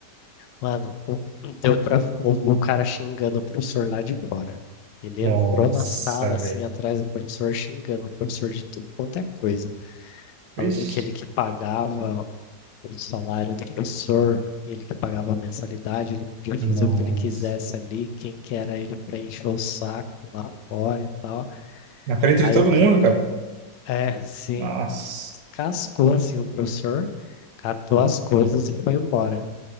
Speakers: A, on the left; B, on the right.
A: Mano, o- deu pra ouvir o cara xingando o professor lá de fora. Ele
B: Nossa,
A: entrou na sala,
B: velho.
A: assim, atrás do professor, xingando o professor de tudo quanto é coisa.
B: Vixe.
A: Falando que ele que pagava o salário do professor, ele que pagava a mensalidade, ele podia fazer
B: Nossa.
A: o que ele quisesse ali, quem que era ele pra encher o saco lá fora e tal.
B: Na frente
A: Aí
B: de todo
A: eu, ca-
B: mundo, cara.
A: é, sim.
B: Nossa.
A: cascou assim o professor, catou as coisas e foi embora.